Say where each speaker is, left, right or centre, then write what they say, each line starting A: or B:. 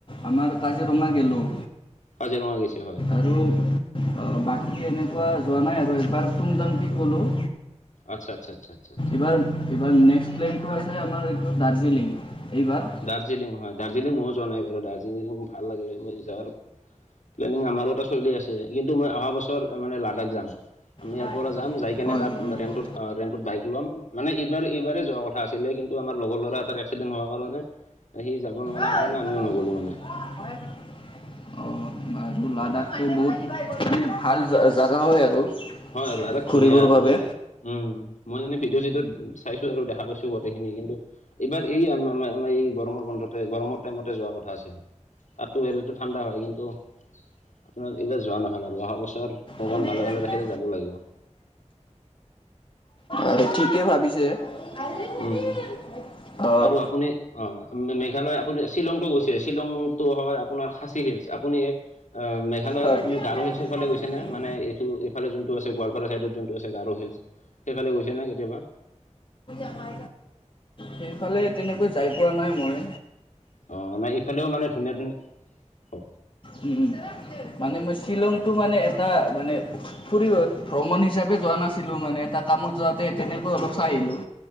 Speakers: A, on the left (about 45°); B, on the left (about 85°).
A: আমি কাজিৰঙা গ'লোঁ।
B: কাজিৰঙা গেছে হয়।
A: আৰু অ', বাকী এনেকুৱা যোৱা নাই আৰু। এবাৰ টুংটাংকে গ'লোঁ।
B: আচ্ছা আচ্ছা আচ্ছা আচ্ছা।
A: এইবাৰ, এইবাৰ নেক্স প্লেনটো আছে আমাৰ, এইটো দাৰ্জিলিং এইবাৰ।
B: দাৰ্জিলিং হয়, দাৰ্জিলিং। ময়ো যোৱা নাই বাৰু। দাৰ্জিলিং ভাল লাগে, মই যাবাৰ। প্লেনিং আমাৰো এটা চলি আছে, কিন্তু মই অহা বছৰ মানে লাডাখ যাম। আমি ইয়াৰ
A: হয়
B: পৰা যাম, যায় কেনে,
A: হয়
B: তাত
A: হয় কি
B: ৰেণ্টত
A: ক'ব
B: ৰেণ্টত বাইক লম। মানে, এইবাৰ এইবাৰেই যোৱা কথা আছিলে, কিন্তু আমাৰ লগৰ লৰা এটাৰ এক্সিডেণ্ট হোৱাৰ কাৰণে। সি যাব নোৱাৰা
A: ঐ
B: কাৰণে,
A: সৰু
B: আমিও নগলোঁ মানে।
A: হয় অঁ লাডাখটো
B: অ
A: বহুত মানে ভাল জাগা জাগা হয় আৰু।
B: হয়, ৰাধক
A: ঘূৰিবৰ
B: ধুনীয়া, আৰু
A: বাবে
B: মইয়ে মানে। উম, মই মানে ভিডিঅ' চিডিঅ' চাইছোঁ আৰু দেখা পাইছোঁ গোটেইখিনি, কিন্তু। এইবাৰ, আমাৰ এই গৰমৰ বন্ধতে, গৰমৰ টাইমতে যোৱা কথা আছিলে। তাতো <inaudible> ঠাণ্ডা হয়, কিন্তু। আপোনাৰ এইবাৰ যোৱা নহল আৰু অহা বছৰ ভগৱানে
A: মামে
B: ভালে
A: ৰাখিনা
B: ভালে ৰাখিলে যাব লাগিব।
A: আৰু ঠিকেই ভাবিছে। আইলি সেদিন
B: উম,
A: অঁ
B: আৰু আপুনি। অঁ, মেঘালয়। আপুনি শ্বিলংটো গৈছে? শ্বিলংটো হয় আপোনাৰ খাচী হিলছ, আপুনি? আহ, মেঘালয়ৰ
A: হয়।
B: আপুনি
A: মুজি আপোনাৰ
B: গাৰ হৈছিল।
A: এইখন
B: ইফালে
A: যাবা
B: গৈছে
A: দিবি
B: নে?
A: মুজি
B: মানে, এইটো এইফাল, যোনটো আছে গোৱালপাৰা চাইডত, যোনটো আছে গাৰো হিলছ। সেইফালে গৈছে নাই কেতিয়াবা।
A: আপোনাৰ সেইফালে তেনেকৈ যাই পোৱা নাই মই।
B: অ, নাই এইফালেও মানে ধুনীয়া ধুনীয়া অ।
A: উম, উম, মানে, মই শ্বিলংটো মানে এটা মানে। ফুৰিব, ভ্ৰমণ হিচাপে যোৱা নাছিলোঁ মানে, তাৰ কামত যাওঁতেই তেনেকৈ অলপ চাই আহিলোঁ।